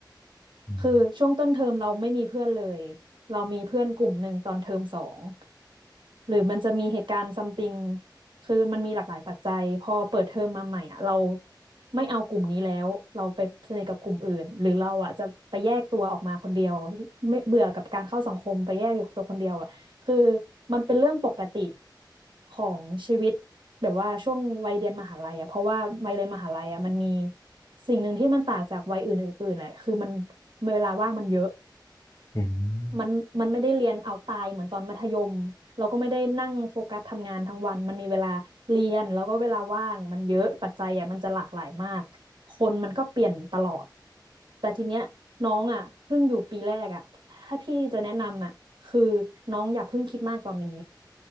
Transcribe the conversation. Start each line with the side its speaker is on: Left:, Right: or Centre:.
Left: อืม
Right: คือช่วงต้นเทอมเราไม่มีเพื่อนเลยเรามีเพื่อนกลุ่มหนึ่งตอนเทอมสอง หรือมันจะมีเหตุการณ์ซัมติงคือมันมีหลากหลายปัจจัยพอเปิดเทอมมาใหม่อ่ะเราไม่เอากลุ่มนี้แล้ว เราไปสนิทกับกลุ่มอื่นหรือเราอ่ะจะไปแยกตัวออกมาคนเดียวไม่เบื่อกับการเข้าสังคมไปแยกอยู่ตัวคนเดียวอ่ะคือมันเป็นเรื่องปกติของชีวิต แบบว่าช่วงวัยเรียนมหาลัยอ่ะเพราะว่าวัยเรียนมหาลัยอ่ะมันมีสิ่งหนึ่งที่มันต่างจากวัยอื่นอื่นๆอ่ะคือมันเวลาว่างมันเยอะ
Left: อืม
Right: มันมันไม่ได้เรียนเอาตายเหมือนตอนมัธยมเราก็ไม่ได้นั่งโฟกัสทำงานทั้งวันมันมีเวลาเรียนแล้วก็เวลาว่างมันเยอะปัจจัยอ่ะมันจะหลากหลายมากคนมันก็เปลี่ยนตลอดแต่ทีเนี้ยน้องอ่ะเพิ่งอยู่ปีแรกอ่ะถ้าพี่จะแนะนำอ่ะคือน้องอย่าเพิ่งคิดมากตอนนี้